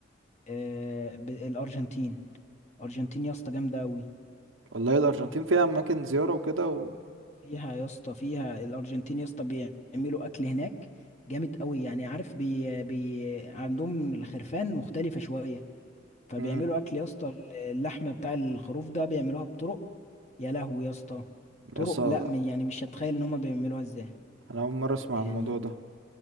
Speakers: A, on the left; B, on the right.
A: آه، ب- الارجنتين الارجنتين يا اسطى جامده قوي
B: والله الارجنتين فيها اماكن زيارة وكده و
A: فيها يا اسطى فيها الارجنتين يا اسطى بيعملوا اكل هناك جامد قوي يعني عارف بي بي عندهم الخرفان مختلفه شويه فبيعملوا
B: امم
A: اكل يا اسطى اللحمه بتاع الخروف ده بيعملوها بطرق يا لهوي يا اسطى
B: بس
A: طرق
B: آه،
A: لا م- يعني مش هتخيل ان هم بيعملوها ازاي
B: انا اول مرة اسمع
A: يعني
B: عن الموضوع ده